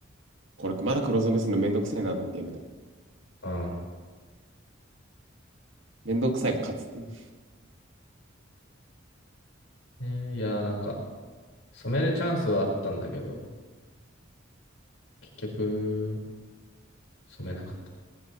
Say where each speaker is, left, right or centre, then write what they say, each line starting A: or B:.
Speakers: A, on the right; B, on the left.
A: これ、まだ黒染めするのめんどくせいなと思ってやめた。
B: うん。
A: めんどくさいが勝つっていう。
B: ねいやーなんか、染めるチャンスはあったんだけど、結局、染めなかった。